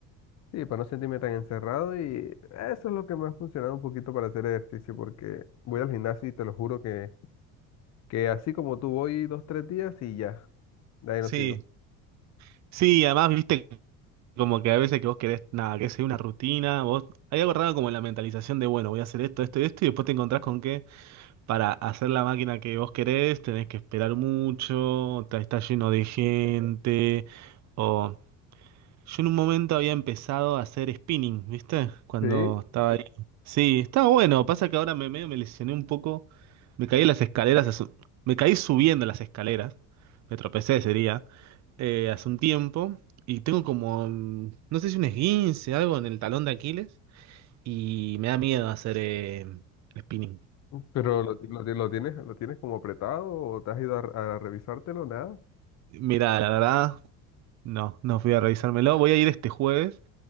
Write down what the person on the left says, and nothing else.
sí, para no sentirme tan encerrado y eso es lo que me ha funcionado un poquito para hacer ejercicio, porque voy al gimnasio y te lo juro que, que así como tú voy dos, tres días y ya, de ahí
no sigo.
Sí,
pero lo, lo, lo tienes, lo tienes como apretado o te has ido a, a revisártelo, nada.